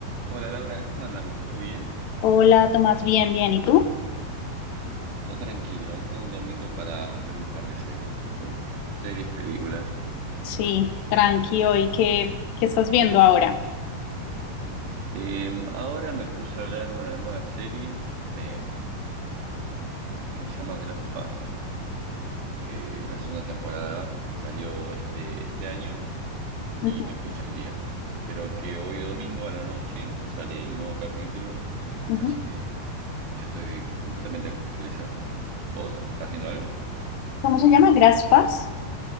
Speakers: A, on the right (about 85°); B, on the left (about 80°).
A: Hola Laura, ¿cómo andamos? ¿Todo bien?
B: Hola, Tomás, bien, bien. ¿Y tú?
A: Todo tranquilo, acá un domingo para ver un par de series, estoy. Series, películas.
B: Sí, tranqui hoy. ¿Qué, qué estás viendo ahora?
A: Em, ahora me puse a hablar una nueva serie em, que se llama The Last of Us, que la segunda temporada salió este, este año y
B: Ujú,
A: me puse al día. Creo que hoy domingo a la noche sale el nuevo capítulo,
B: ujú.
A: así que ya estoy completamente actualizado. ¿Vos estás viendo algo?
B: ¿Cómo se llama? ¿Graspas?